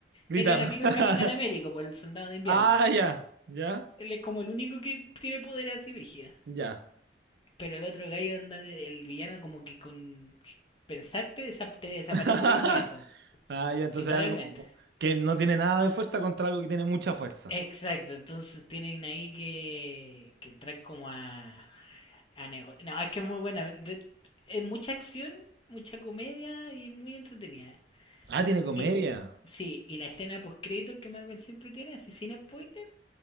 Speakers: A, on the right (about 60°); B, on the left (about 30°).
A: gritar.
B: era el amigo
A: <laughs>
B: del Capitán Américo, por el Soldado de Invierno.
A: Ah, ya, ya,
B: Él es como el único que tiene poder así, brígido.
A: ya.
B: Pero el otro gallo, onda, de- el villano, como que con pensarte desa- te desaparece
A: <laughs>
B: del universo.
A: Ah, ya, entonces
B: Literalmente.
A: es algo que no tiene nada de fuerza contra algo que tiene mucha fuerza.
B: Exacto, entonces tienen ahí que, que entrar como a, a nego- No, es que es muy buena. de- es mucha acción, mucha comedia y muy entretenida.
A: Ah, tiene comedia.
B: Y sí, y la escena post-crédito que Marvel siempre tiene, así sin spoiler,